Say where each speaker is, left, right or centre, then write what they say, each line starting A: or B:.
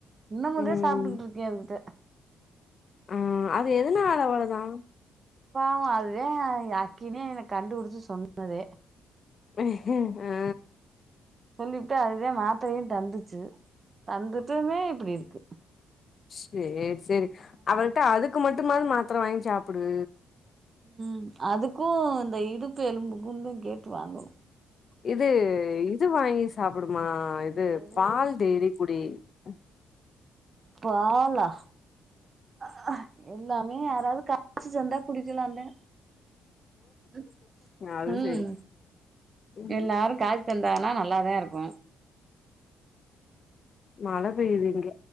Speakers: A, on the right; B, on the left.
A: இன்னு முதலே
B: ம்
A: சாப்ட்டுக்கிட்டு இருக்கே அதுக்கிட்ட
B: ஆ அது எதுனாவ அவ்ளோதா
A: பாவோ அதுவே அக்கினே கண்டு புடுச்சு சொன்னதே
B: உஹ் ஆ
A: சொல்லிபுட்டு அதுதா மாத்திரையு தந்துச்சு தந்துட்டுமே இப்டி இருக்கு
B: சேரி சேரி
A: ஆமா
B: அவேகிட்ட அதுக்கு மட்டுமாது மாத்திர வாங்கி சாப்டு
A: உம் அதுக்கு இந்த இடுப்பு எலும்புக்கு தா கேட்டு வாங்கனு
B: இது இது வாங்கி சாப்புடுமா இது
A: எது
B: பால் டெய்லி குடி ம்
A: பாலா அ எல்லாமே யாராது காய்ச்சி தந்தா குடிக்கலாந்தே ம்
B: அது
A: உம்
B: சேரி ம்
A: எல்லாரு காச்சு தன் தானா நல்லாதா இருக்கு
B: மழ பெய்யுது இங்க